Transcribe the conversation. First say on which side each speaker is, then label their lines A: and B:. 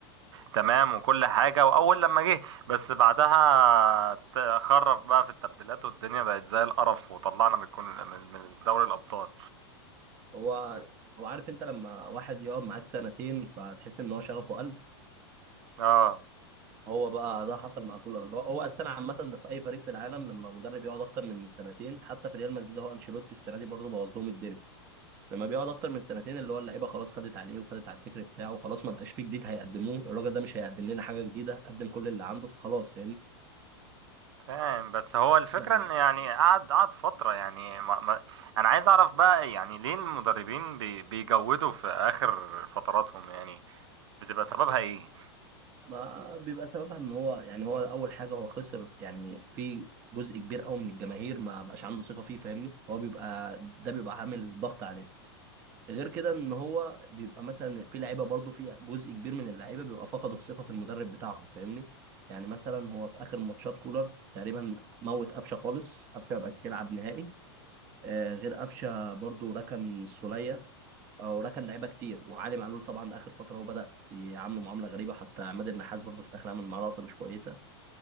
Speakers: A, on the right; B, on the right.
A: تمام وكل حاجه واول لما جه بس بعدها ت- خرف بقى في التبديلات والدنيا بقت زي القرف وطلعنا من الكون- من من دوري الابطال
B: هو هو عارف انت لما واحد يقعد معاك سنتين فتحس ان هو شغفه قل
A: اه
B: هو بقى ده حصل مع كولر هو هو السنه عامه ده في اي فريق في العالم لما مدرب يقعد اكتر من سنتين حتى في ريال مدريد هو انشيلوتي السنه دي برضه بوظ لهم الدنيا لما بيقعد اكتر من سنتين اللي هو اللعيبه خلاص خدت عليه وخدت على الفكر بتاعه خلاص ما بقاش فيه جديد هيقدموه الراجل ده مش هيقدم لنا حاجه جديده قدم كل اللي عنده فخلاص
A: فاهم بس هو الفكرة
B: فاهمني؟
A: ان يعني قعد قعد فترة يعني ما ما انا عايز اعرف بقى يعني ليه المدربين بي بيجودوا في اخر فتراتهم يعني بتبقى سببها ايه
B: ما بيبقى سببها ان هو يعني هو اول حاجه هو خسر يعني في جزء كبير قوي من الجماهير ما بقاش عنده ثقه فيه فاهمني فهو بيبقى ده بيبقى عامل ضغط عليه غير كده ان هو بيبقى مثلا في لعيبه برضه في جزء كبير من اللعيبه بيبقى فقدوا الثقه في المدرب بتاعهم فاهمني يعني مثلا هو في اخر ماتشات كولر تقريبا موت قفشه خالص قفشه ما بقاش يلعب نهائي آه غير قفشه برضه ركن السوليه اه وراه كان لعيبه كتير وعلي معلول طبعا اخر فتره هو بدا يعامله معامله غريبه حتى عماد النحاس برضه في الاخر عمل معاه لقطه مش كويسه